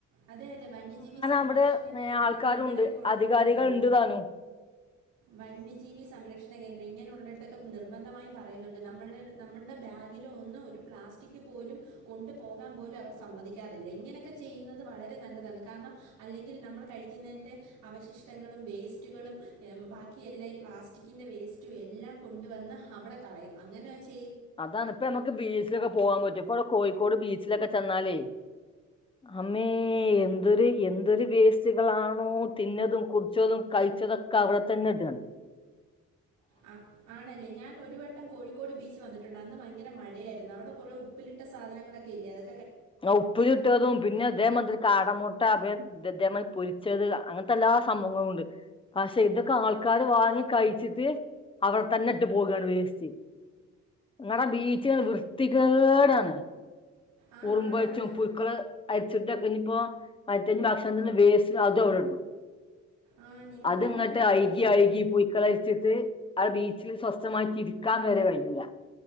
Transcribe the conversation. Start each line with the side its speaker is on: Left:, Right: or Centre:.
Right: അതെ അതെ വന്യജീവി സംരക്ഷണ
Left: അവിടെ
Right: കേന്ദ്രം
Left: ഏഹ് ആൾക്കാരുണ്ട്
Right: അങ്ങനൊക്കെ ഒള്ളട
Left: അധികാരികൾ
Right: ഉണ്ടല്ലോ
Left: ഉണ്ട് താനും
Right: വന്യജീവി സംരക്ഷണ കേന്ദ്രം ഇങ്ങനുള്ളടത്തൊക്കെ നിർബന്ധമായും പറയുന്നുണ്ട് നമ്മള നമ്മള്ടെ ബാഗിലൊന്നും ഒരു പ്ലാസ്റ്റിക് പോലും കൊണ്ടു പോകാൻ പോലും അവർ സമ്മതിക്കാതില്ല ഇങ്ങനെ ക്കെ ചെയ്യുന്നത് വളരെ നല്ലതാണ് കാരണം അല്ലെങ്കിൽ നമ്മൾ കഴിക്കുന്നതിൻ്റെ അവശിഷ്ടങ്ങളും വേസ്റ്റുകളും ബാക്കി എല്ല ഈ പ്ലാസ്റ്റിക്കിൻ്റെ വേസ്റ്റും എല്ലാം കൊണ്ടുവന്ന് അവിടെ കളയും അങ്ങനെ വെച്ചാൽ
Left: അതാണ്പ്പൊ നമുക്ക് ബീച്ചിലൊക്കെ പോകാൻ പറ്റൊ ഇപ്പടെ കോയ് കോഴിക്കോട് ബീച്ചിലൊക്കെ ചെന്നാലേ അമ്മേ എന്തൊരു എന്തൊരു വേസ്റ്റ്കളാണോ തിന്നതും കുടിച്ചതും കഴിച്ചതൊക്കെ അവടെ തന്നെ ഇടാണ്
Right: ആ ആണല്ലേ ഞാൻ ഒരു വട്ടം കോഴിക്കോട് ബീച്ച് വന്നിട്ടൊണ്ട് അന്ന് ഭയങ്കര മഴയാരുന്നു അവടെ കൊറെ ഉപ്പിലിട്ട സാധനങ്ങളൊക്കെ ഇല്ലേ അത്
Left: ആഹ്‌ ഉപ്പിലിട്ടതും പിന്നെ ഇതേമത്രി കാടമൊട്ട <unintelligible> ഇത് അതെമായി പൊരിച്ചത് അങ്ങനത്തെ എല്ലാ സംഭവങ്ങളു ഒണ്ട് പക്ഷെ ഇതൊക്കെ ആൾക്കാര് വാങ്ങി കഴിച്ചിട്ട് അവിടെ തന്നെ ഇട്ട് പോകണ് വേസ്റ്റ് നിങ്ങടാ ബീച്ച വൃത്തികേടാണ്
Right: ആ
Left: ഉറുമ്പഴച്ചും
Right: ആണാണ്
Left: പുയുക്കള് അരിച്ചിട്ട് ക ഇനിപ്പോ <unintelligible> ഭക്ഷണത്തിന്റെ വേസ്റ്റ് അതും അവടെടും
Right: ആ നിങ്ങൾ
Left: അത്
Right: പറഞ്ഞത്
Left: ഇങ്ങട്ട്
Right: വളരെ
Left: അയിക്കി
Right: ശ
Left: അയിക്കി പൂഴ്ക്ക ഴ്ത്ത് ആ ബീച്ചിൽ സ്വസ്ഥമായിട്ട് ഇരിക്കാന്ന് വരെ കഴിഞ്ഞില്ല